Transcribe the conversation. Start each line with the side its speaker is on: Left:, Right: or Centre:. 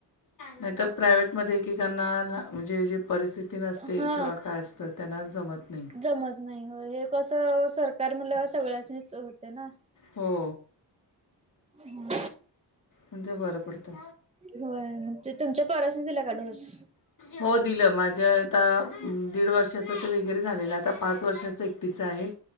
Left: नाही तर. प्रायव्हेटमध्ये एकेकांना म्हणजे जे परिस्थिती नसते
Right: हा
Left: किंवा काय असते. तर त्यांना जमत नाही.
Right: जमत नाही हो हे कसं सरकार म्हटलं सगळ्यानीच होते ना.
Left: हो.
Right: हम.
Left: म्हणजे बरं पडतं.
Right: होय मग ते तुमच्या परसने दिला का डोस.
Left: हो दिलं माझ्या आता दीड वर्ष. वगैरे झालेलं आता पाच वर्षाच एकटीच आहे